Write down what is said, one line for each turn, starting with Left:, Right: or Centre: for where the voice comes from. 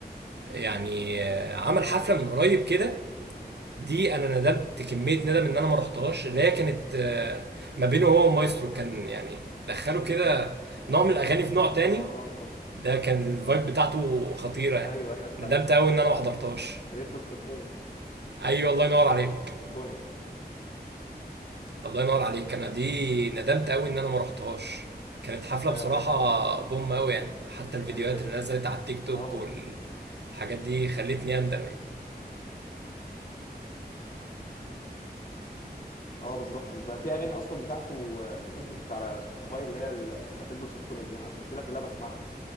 Right: يعني آه عمل حفله من قريب كده دي انا ندمت كميه ندم ان انا ما رحتهاش اللي هي كانت آه ما بينه هو ومايسترو كان يعني دخلوا كده نوع من الاغاني في نوع تاني
Left: اه
Right: ده كان الفايب بتاعته خطيره يعني
Left: ايوه ايوه بتاعت
Right: ندمت قوي ان انا ما حضرتهاش
Left: ريد بول سيمفونيك
Right: ايوه الله ينور عليك
Left: سيمفونيك
Right: الله ينور عليك انا دي ندمت قوي ان انا ما رحتهاش كانت حفله
Left: ايوه
Right: بصراحه
Left: عارف
Right: بوم قوي يعني حتى الفيديوهات
Left: ايوه هي دي
Right: اللي
Left: كنت
Right: نزلت على التيك توك
Left: اه
Right: والحاجات دي خلتني اندم يعني
Left: اه بالظبط بالظبط. في اغاني اصلا بتاعته آه، نزلت على سبوتيفاي اللي هي ال- بتاعت ديدبول سيمفوني دي انا منزلها كلها بسمعها